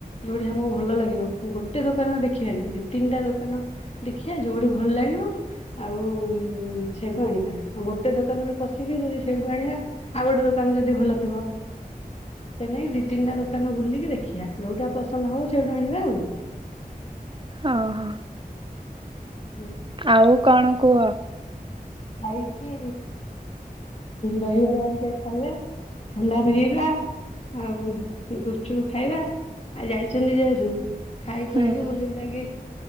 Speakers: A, on the left; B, on the right.
A: ଯୋଉଠି ଆମକୁ ଭଲ ଲାଗିବ ଗୋଟେ ଦୋକାନରେ ଦେଖିବାାନି ଦି ତିନିଟା ଦୋକାନ ଦେଖିବା ଯୋଉଠି। ଭଲ ଲାଗିବ ଆଉ ସେଇଠୁ ଆଣିବା ଆଉ ଗୋଟେ ଦୋକାନରେ ପଶିକି ଯଦି ସେଇଠୁ ଆଣିବା ଆଉ ଗୋଟେ ଦୋକାନ ଯଦି ଭଲ ଥିବ ସେ ନେଇକି ଦି ତିନିଟା ଦୋକାନ ବୁଲିକି ଦେଖିବା ଯୋଉଟା ପସନ୍ଦ ହବ ସେଇଠୁ ଆଣିବା ଆଉ।
B: ଓହୋ
A: ହ
B: ଆଉ କଣ କୁହ।
A: ଖାଇକି ଦହିବରା ହରିକା ଖାଇବା ଥଣ୍ଡା ପିଇବା ଆଉ ଗୁପଚୁକୁ ଖାଇବା ଆଉ ଯାଇଛନ୍ତି ଯେହେତୁ ଖାଇ
B: ହୁଁ
A: ଖୁଆଇକି ବୁଲି ବୁଲାେଇକି